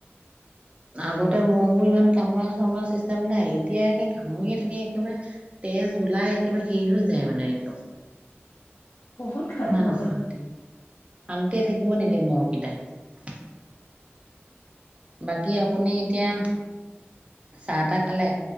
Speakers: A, on the right; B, on the left.
A: আগতে মই বোৰ ইমান কামৰ ৰ চিষ্টেম নাই এতিয়া একে ঘুৰিয়ে থাকে একেবাৰে তেজ জুলাই একেবাৰে শেষ হৈ যায় মানে একদম।
B: বহুত খাই
A: ইমান
B: মহে।
A: অশান্তি শান্তিয়ে থাকিব নিদিয়ে মহ ি <unintelligible> তাই বাকী আপুনি এতিয়া। চাহ তাহ খালে?